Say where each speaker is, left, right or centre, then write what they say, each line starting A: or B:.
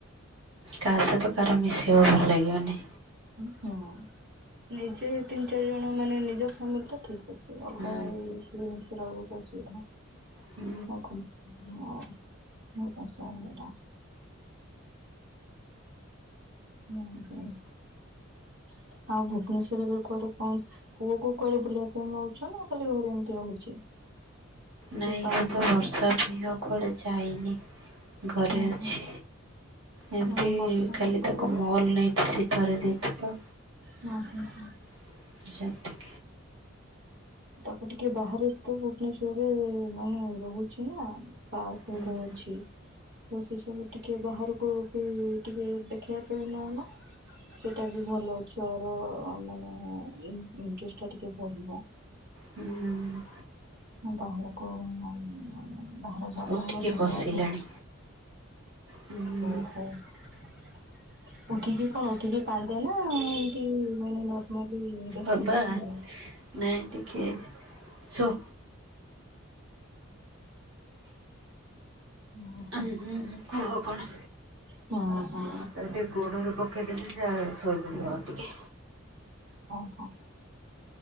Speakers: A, on the right; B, on the right.
A: କାହା ସହିତ କାହାର ମିଶିବାକୁ ଭଲ ଲାଗିବନି।
B: ହଁ ନିଜେ, ତିନି, ଚାରି, ଜଣ ମାନେ ନିଜ ଫ୍ୟାମିଲି ତ ଠିକ୍ ଅଛି। ସେ ଅଲଗା
A: ହୁଁ
B: ଏଇ ସେ <unintelligible> ରକୁ ଅସୁବିଧା।
A: ହୁଁ।
B: <unintelligible> ଉଁ ହୁଁ ଆଉ ଭୁବନେଶ୍ଵର ରେ କଆଡେ କଣ। ପୁଅ କୁ କୁଆଡେ ବୁଲିବା ପାଇଁ ନଉଛ ନା ଖାଲି ଘରେ ଏମିତି ରହୁଛି?
A: ନାଇଁ
B: ଯୋଉ ପାର୍କ
A: ମୁଁ ତ ବର୍ଷା
B: ଏକା
A: ପାଇଁ ଆଉ କୁଆଡେ ଯାଇନି ଘରେ
B: ହୁଁ
A: ଅଛି।
B: ହୁଁ
A: ଏମିତି
B: ନାଇଁ ବର୍ଷା ହେଲା
A: ଖାଲି
B: ପୂର୍ବରୁ
A: ତାକୁ ମଲ ନେଇଥିଲି ଥରେ ଦୁଇ ଥର।
B: ହଁ ହୁଁ ହୁଁ।
A: <unintelligible>
B: ତାକୁ ଟିକେ ବାହାରେ ତ ଭୁବନେଶ୍ଵରରେ ମାନେ ରହୁଛି ନା। ପାର୍କ
A: ହୁଁ
B: କହୁଚି। ତ ସେ ସବୁ ଟିକେ ବାହାରକୁ ବି ଟିକେ ଦେଖେଇବା ପାଇଁ ନଉନ। ସେଟା ବି ଭଲ ଅଛୁ ଆର ମାନେ ଚେଷ୍ଟା ଟିକେ ବଢିବ।
A: ହୁଁ।
B: <unintelligible> ବାହାର ଜାଗା
A: ଉଠିକି
B: ବାହାର
A: ବସିଲାଣି ହୁଁ
B: <unintelligible> ଉଠିକି କଣ ଉଠିକି କାନ୍ଦେ ନା କି ମାନେ ନର୍ମାଲି ଦେଖିଲେ
A: ବାବା
B: କିଛି ନାହିଁ।
A: ନାଇଁ ଟିକେ ଶୁ
B: ଓହୋ
A: ଉଁ ହୁଁ କୁହ କଣ
B: ହଁ ହଁ
A: ତ ଟି ଗୋଡ଼ରେ ପକେଇ ଦେଲେ ସେ ଶୋଇପଡ଼ିବ ଆଉ ଟିକେ।
B: ହଁ।